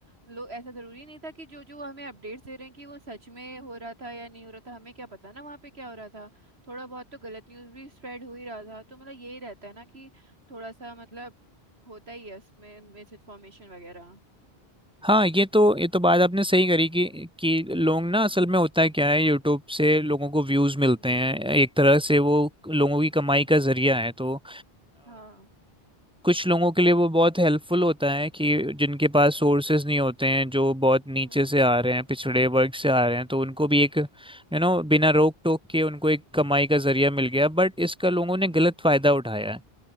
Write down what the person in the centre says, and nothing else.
हाँ ये तो ये तो बात आपने सही करी कि कि लोग ना
असल में होता है क्या है यूट्यूब से लोगों को व्यूज मिलते
हैं एक तरह से वो लोगों की कमाई का जरिया है तो
कुछ लोगों के लिए वो बहुत हेल्पफुल होता है कि जिनके पास सोर्सेज नहीं होते हैं जो बहुत नीचे
से आ रहे हैं पिछड़े वर्ग से आ रहे हैं तो उनको भी एक यू नो
बिना रोक टोक के उनको एक कमाई का जरिया मिल गया बट इसका लोगों ने गलत
फायदा उठाया है